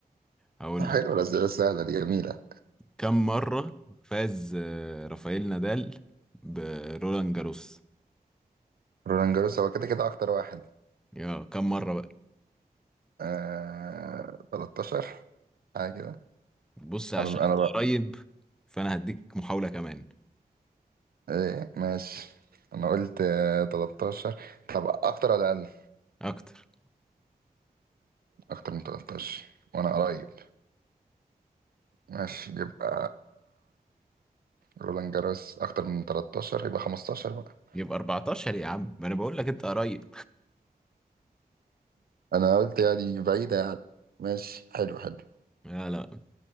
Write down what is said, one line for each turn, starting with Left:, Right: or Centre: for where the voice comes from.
Centre: هقول
Right: حلو
Centre: لك
Right: الأسئلة السهلة دي جميلة
Centre: كم مرة فاز آه، رافائيل نادال برولان جاروس
Right: رولان جاروس هو كده كده أكتر واحد
Centre: يا كم مرة بقى
Right: آه... 13 حاجة كده
Centre: بص عشان
Right: أنا أنا
Centre: انت
Right: بقى
Centre: قريب فانا هديك محاولة كمان
Right: إيه ماشي أنا قلت آه... 13 طب أكتر ولا أقل؟
Centre: اكتر
Right: أكتر من 13 وأنا قريب ماشي يبقى رولان جاروس أكتر من 13 يبقى 15 بقى
Centre: يبقى 14 يا عم ما انا بقول لك انت قريب
Right: أنا قلت يعني بعيدة يعني ماشي حلو حلو
Centre: لا لا